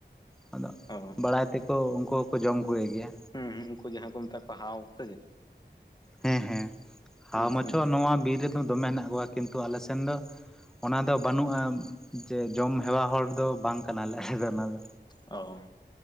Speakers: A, in the centre; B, on the left (about 20°).
A: ᱟᱫᱚ
B: <unintelligible>
A: ᱵᱟᱲᱟᱭ ᱛᱮᱠᱚ ᱩᱱᱠᱩ ᱦᱚᱸᱠᱚ ᱡᱚᱢ ᱠᱚᱭᱮᱜ ᱜᱮᱭᱟ
B: ᱦᱩᱸ ᱦᱩᱸ ᱩᱱᱠᱩ ᱡᱟᱦᱟᱸ ᱠᱚ ᱢᱮᱛᱟᱜ ᱠᱚᱣᱟ ᱦᱟᱣ ᱥᱮ ᱪᱮᱫ
A: ᱦᱮᱸ ᱦᱮᱸ ᱦᱟᱣ
B: ᱦᱮᱸ
A: ᱢᱟᱪᱷᱚ
B: ᱥᱮ
A: ᱱᱚᱣᱟ ᱵᱤᱨ ᱨᱮᱫᱚ ᱫᱚᱢᱮ ᱦᱮᱱᱟᱜ ᱠᱚᱣᱟ ᱠᱤᱱᱛᱩ ᱟᱞᱮ ᱥᱮᱱ ᱫᱚ ᱚᱱᱟ ᱫᱚ ᱵᱟᱹᱱᱩᱜᱼᱟ ᱡᱮ ᱡᱚᱢ ᱦᱮᱣᱟ ᱦᱚᱲ ᱫᱚ ᱵᱟᱝ ᱠᱟᱱᱟᱞᱮ ᱟᱞᱮ ᱫᱚ ᱚᱱᱟ ᱫᱚ
B: ᱚ